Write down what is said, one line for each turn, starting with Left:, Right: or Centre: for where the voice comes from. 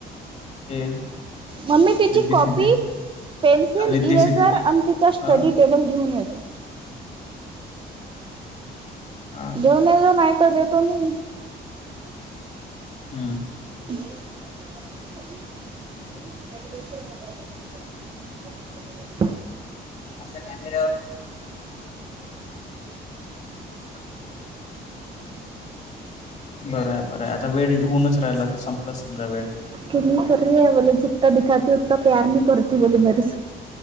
Left: हे
Right: मम्मी तिची
Left: Riddhi
Right: copy
Left: Siddhi
Right: pencil,
Left: Riddhi
Right: eraser
Left: Siddhi
Right: आणि तिचा स्टडी
Left: हा
Right: टेबल घेऊन येतो. <inaudible>
Left: हा.
Right: दोनेजण हाय तर देतो मी.
Left: हम्म.
Right: <inaudible> <inaudible>
Left: असं कॅमेरावरच पुस्तके बर हाय, बर हाय. आता वेळ होऊनच राहिला तर संपलाच समजा वेळ.
Right: किली करी आहे बोले जित्ता दिखाती उत्ता प्यार नाही करती बोली मेरे से.